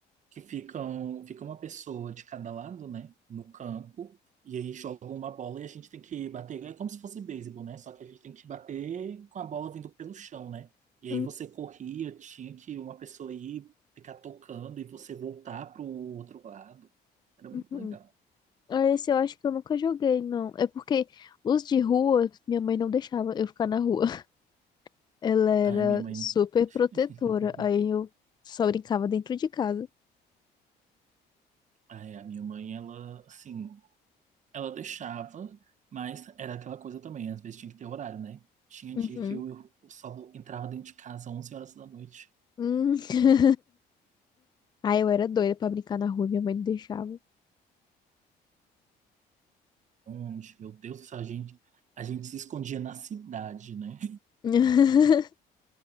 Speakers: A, on the right; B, on the left.
A: que ficam, fica uma pessoa de cada lado, né, no campo, e aí jogam uma bola e a gente tem que bater, é como se fosse beisebol, né, só que a gente tem que bater com a bola vindo pelo chão, né, e aí
B: Uhum,
A: você corria, tinha que uma pessoa ir ficar tocando e você voltar pro outro lado, era muito
B: uhum.
A: legal.
B: Ah, Esse eu acho que eu nunca joguei, não. É porque os de rua, minha mãe não deixava eu ficar na rua. <laughs> Ela era
A: Ai, minha mãe,
B: super protetora.
A: <laughs>
B: Aí eu só brincava dentro de casa.
A: ai, a minha mãe, ela, assim, ela deixava, mas era aquela coisa também, às vezes tinha que ter horário, né, Tinha
B: uhum.
A: dia que eu eu só entrava dentro de casa às 11 horas da noite.
B: Hum. <laughs> Aí eu era doida pra brincar na rua, minha mãe não deixava.
A: onde, meu Deus, a gente, a gente se escondia na cidade, né?
B: <laughs>